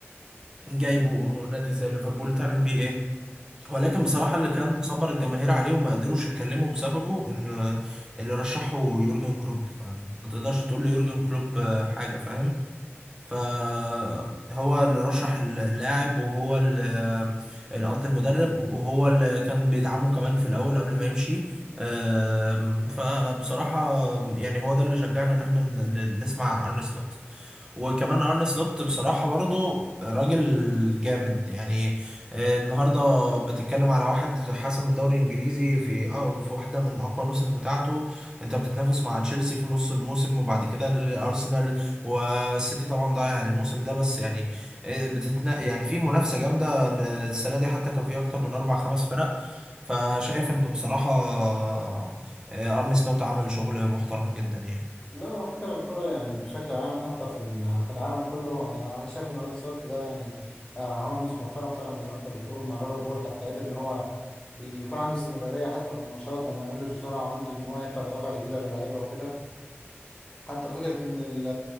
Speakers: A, on the right (about 15°); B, on the left (about 20°).
A: جايبه نادي زي ليفربول تعمل بيه إيه ولكن
B: بالظبط
A: بصراحة اللي كان مصبر الجماهير عليه وما قدروش يتكلموا بسببه إن اللي رشحه يورجن كلوب فما تقدرش تقول له يورجن كلوب آه، حاجة فاهم فهو اللي رشح اللاعب وهو اللي قصدي المدرب وهو اللي كان بيدعمه كمان في الاول قبل ما يمشي آم، فبصراحة يعني هو ده اللي شجعنا ان احنا ن- ن- نسمع ارن سلوت وكمان ارن سلوت بصراحة برضو راجل جامد يعني آه، النهاردة بتتكلم على واحد حسم الدوري الانجليزي في آه، في واحدة من اقوى النسخ بتاعته انت بتتنافس مع تشيلسي في نص الموسم وبعد كده الارسنال والسيتي طبعا ضايع الموسم ده بس يعني آه، بتتنا يعني في منافسة جامدة إن السنة دي حتى كان في اكتر من اربع خمس فرق فشايف ان بصراحة آه، ارن سلوت عمل شغل محترم جدا
B: لا هو فكرة الكرة يعني بشكل عام حتى في ال- في العالم كله يعني أنا شايف إن أرون سلوت ده يعني آه، عمل موسم محترم فعلا زي ما أنت بتقول مع ليفربول حتى قدر إن هو ي- يكون عنده استمرارية حتى في الماتشات وما يملش بسرعة وعنده إن هو يخلق دوافع جديدة للعيبة وكده حتى فكرة إن ال-